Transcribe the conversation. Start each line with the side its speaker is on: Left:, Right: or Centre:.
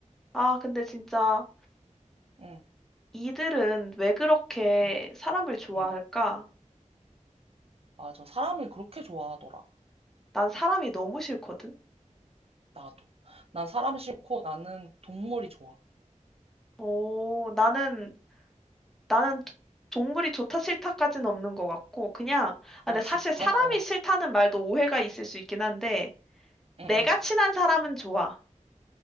Centre: 아, 근데 진짜
Right: 응,
Centre: 이들은 왜 그렇게
Right: 응,
Centre: 사람을 좋아할까?
Right: 응. 맞아. 사람을 그렇게 좋아하더라.
Centre: 난 사람이 너무 싫거든.
Right: 나도. 난 사람 싫고 나는 동물이 좋아.
Centre: 어, 나는 나는 동물이 좋다 싫다까지는 없는 것 같고 그냥 아,
Right: 어,
Centre: 근데
Right: 진짜?
Centre: 사실 사람이
Right: 어,
Centre: 싫다는 말도 오해가 있을 수 있긴 한데
Right: 응,
Centre: 내가
Right: 응.
Centre: 친한 사람은 좋아.